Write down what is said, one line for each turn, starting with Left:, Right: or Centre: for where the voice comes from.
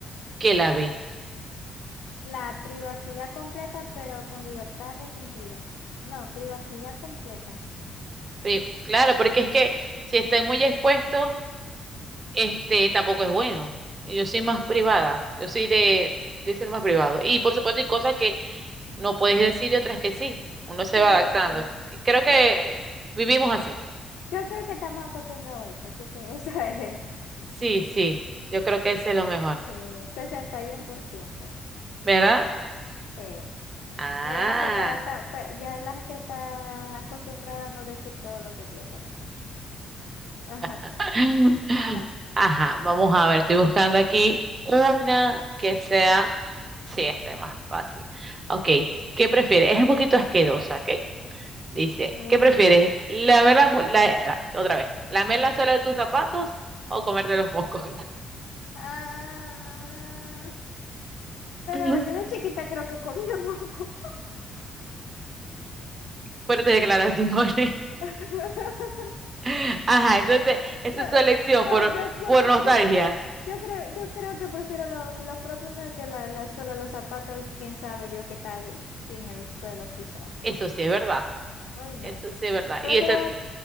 Right: que la ve.
Left: La privacidad completa, pero con libertad restringida. No, privacidad completa.
Right: Pe- Claro, porque es que si estoy muy expuesto, este tampoco es bueno. Yo soy más privada, yo soy de, de ser más privado. Y por supuesto hay cosas que no puedes decir y otras que sí. Uno se
Left: Sí,
Right: va adaptando.
Left: sí,
Right: Creo que
Left: sí.
Right: vivimos así.
Left: Yo creo que estamos acostumbrados a eso, así que <laughs> esa es.
Right: Sí, sí, yo creo que ese es lo mejor,
Left: Sí, 61%.
Right: ¿verdad?
Left: Sí.
Right: Ah.
Left: Ya la gente está acá- pe- ya la gente está acostumbrada a no decir todo lo que piensa porque ajá,
Right: <laughs>
Left: ajá.
Right: Ajá, vamos a ver, estoy buscando aquí una que sea, sí, este más fácil. Ok, ¿qué prefieres? Es un poquito asquerosa, ¿ok? Dice,
Left: Uy.
Right: ¿qué prefieres? ¿Lamer la, mu- la- la- otra vez, lamer la suela de tus zapatos o comerte los mocos?
Left: Ah, pero
Right: <laughs>
Left: yo de chiquita creo que comía moco.
Right: Fuerte declaraciones.
Left: <laughs>
Right: <laughs> Ajá, entonces, esa
Left: No,
Right: es tu elección
Left: no,
Right: por,
Left: yo, yo
Right: por
Left: creo,
Right: nostalgia.
Left: yo creo que yo creo, yo creo que prefiero lo- los propios míos que la, la suela, los zapatos, quién sabe Dios qué tal en el suelo pisado.
Right: Eso sí es verdad,
Left: Ay, no.
Right: eso sí es verdad.
Left: Prefiero
Right: Y eso